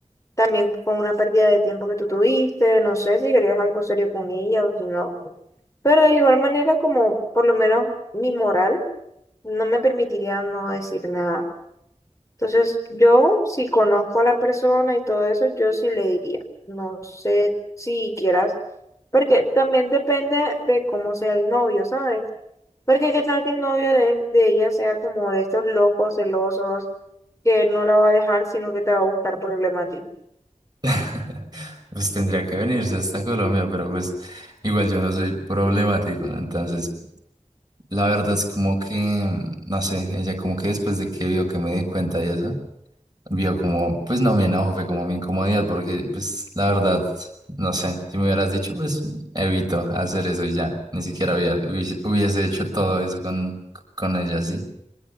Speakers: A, on the left (about 25°); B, on the right (about 30°).
A: también con una pérdida de tiempo que tú tuviste, no sé si querías algo serio con ella o si no. Pero de igual manera, como por lo menos mi moral no me permitiría no decir nada. Entonces, yo si conozco a la persona y todo eso, yo sí le diría. No sé si quieras, porque también depende de cómo sea el novio, ¿sabes? Porque qué tal que el novio de, de ella sea como de estos locos celosos que no la va a dejar, sino que te va a buscar problemas a ti.
B: <laughs> Pues tendría que venirse hasta Colombia, pero pues igual yo no soy problemático, ¿no? entonces la verdad es como que, no sé, ella como que después de que vio que me di cuenta y eso, vio como, pues no me enojo, fue como mi incomodidad, porque pues la verdad, no sé, si me hubieras dicho, pues evito hacer eso y ya, ni siquiera hubiera- hubiese hubiese hecho todo eso con, con ella, sí